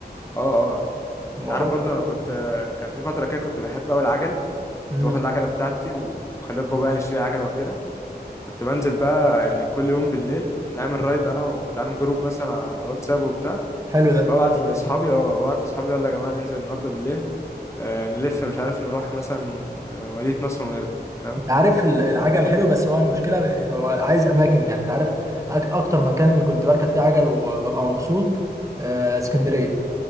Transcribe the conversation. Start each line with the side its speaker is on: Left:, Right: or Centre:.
Left: اه اه
Right: الموضوع
Left: انت عارف
Right: بالنسبة-
Left: برضه انا كنت كان في فتره كده كنت بحب قوي العجل
Right: مم،
Left: كنت واخد العجله بتاعتي وخليت بابا يعني يشتري عجله وكده كنت بنزل بقى يعني كل يوم بالليل نعمل رايد انا وكنت عامل جروب مثلا على الواتساب وبتاع
Right: حلو ده
Left: ببعت لاصحابي اه ببعت لاصحابي يلا يا جماعه ننزل النهارده بالليل آه، نلف مش عارف نروح مثلا آه، مدينة نصر ونرجع فاهم
Right: انت عارف ال- العجل حلو بس هو المشكله انه هو عايز اماكن يعني انت عارف أك- اكتر مكان كنت بركب فيه عجل وببقى مبسوط آه، اسكندريه